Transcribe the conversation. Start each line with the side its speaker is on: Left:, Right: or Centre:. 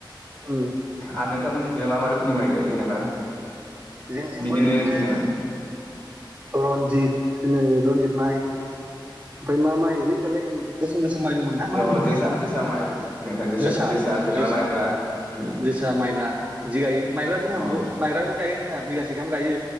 Right: उम
Left: आ <unintelligible> जेनेबा मा रोखोमनि माइ गायो जेनेबा?
Right: जोंथिंबो
Left: बिदिनो
Right: इदिनो।
Left: जेनेबा
Right: रनजित ओ रनजित माइ। ओमफाय मा माइ बै दालाय गोसोम गोसोम। दों माइ दोंमोनना
Left: अ
Right: मा होनोमोनथाय
Left: जोसा
Right: इखौ
Left: जोसा माइ नोंथां
Right: जोसा औ
Left: जेनेबा
Right: जोसा
Left: माइब्रा उम
Right: जोसा मायब्रा इदि गायो मायब्रा जोंहाबो
Left: अ
Right: मायब्राखौ गायो जोंहा‌ बिगासे। <unintelligible> गायो।